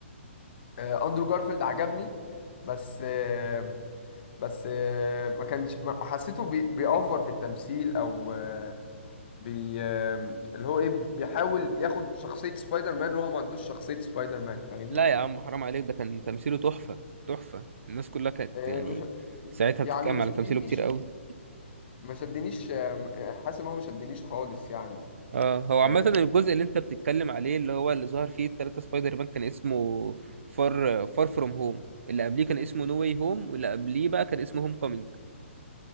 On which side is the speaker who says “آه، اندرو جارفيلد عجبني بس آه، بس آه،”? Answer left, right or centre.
Left